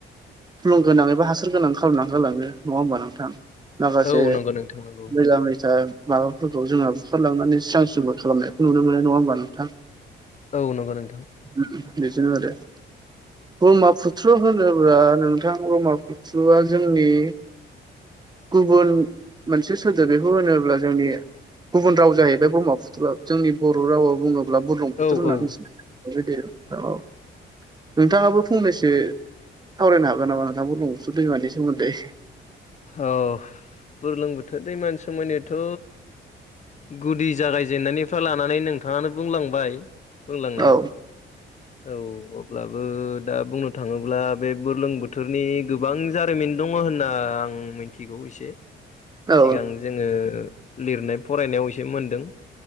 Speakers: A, on the right; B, on the left.
A: फुलुं गोनां एबा हासार गोनां खालामना होलाङो नङा होमबा नोंथां माखासे
B: औ नंगौ नोंथां नंगौ
A: मैला मैथा माबाफोरखौ जोंहा बुखारलांनानै स्रां स्रिंबो खालामनायखौ नुनो मोनो नङा होमबा नोंथां
B: औ नंगौ नोंथां
A: उम बेदिजों आरो ब्रह्मपुत्र होनोब्ला नोंथां ब्रह्मपुत्रुआ जोंनि गुबुन मोनसे सोदोब बेखौ होनोब्ला जोंनि गुबुन राव जाहैबाय ब्रह्मपुत्रआ जोंनि बर' रावा बुङोब्ला बुरलुंबुथुर
B: औ
A: होननानै
B: औ
A: बुंसै ओमफ्राय बे औ नोंथाङाबो फंनैसो सावरायनो हागोन नामा नोंथां बुर्लुंबुथुर दैमानि सोमोन्दै
B: औ बुरलुंबुथुर दैमानि सोमोन्दैथ' गुदि जागायजेननायनिफ्राय लानानै नोंथाङानो बुंलांबाय बुंलांनाया
A: औ
B: औ औ अब्लाबो दा बुंनो थाङोब्ला बे बुर्लुंबुथुरनि गोबां जारिमिन दङ होनना आं आं मिनथिगौ एसे
A: औ
B: सिगां जोङो लिरनाय फरायनायाव एसे मोनदों